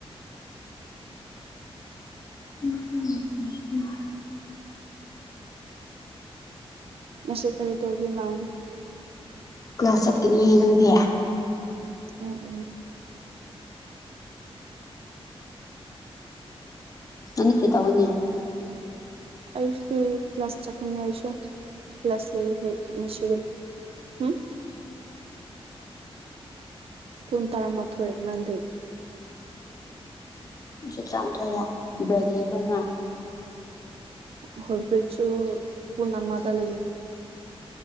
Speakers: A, on the left; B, on the right.
A: ꯎ ꯎꯝ
B: ꯅꯁꯦ ꯀꯩ ꯇꯣꯒꯦ ꯂꯅꯥꯎꯟ
A: ꯀ꯭ꯂꯥꯁ ꯆꯠꯀꯅꯤꯍꯦ ꯅꯪꯗꯤ
B: ꯎꯝ ꯎꯝ
A: ꯅꯅꯤ ꯀ꯭ꯔꯔꯤ ꯇꯒꯅꯤꯦ
B: ꯑꯌꯨꯛꯁꯨ ꯀ꯭ꯂꯥꯁ ꯆꯠꯀꯅꯤ ꯑꯌꯨꯀꯁꯨ ꯀ꯭ꯂꯥꯁ ꯂꯩꯁꯤꯒ ꯎꯝ ꯄꯨꯨꯡ ꯇꯔꯥ ꯃꯊꯣꯏ ꯅꯪꯗꯤ
A: ꯑꯩ ꯇꯔꯥꯃꯥꯊꯣꯏꯗ ꯕ꯭ꯔꯦꯛ ꯂꯩꯕ꯭ꯔꯥ ꯉꯥꯏ
B: ꯍꯣꯏ ꯐꯁꯨ ꯄꯨꯟꯅꯃꯥꯗ ꯂꯩꯌꯦ